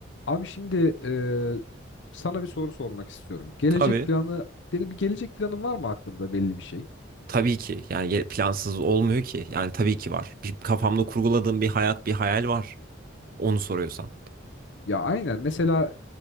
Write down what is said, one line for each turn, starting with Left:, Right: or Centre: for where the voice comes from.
Left: Abi şimdi eee, sana bir soru sormak istiyorum. Gelecek
Right: Tabii.
Left: planı, bir, bir gelecek planın var mı aklında belli bir şey?
Right: Tabii ki. Yani ge- plansız olmuyor ki. Yani tabii ki var. Bir, kafamda kurguladığım bir hayat, bir hayal var. Onu soruyorsan.
Left: Ya aynen mesela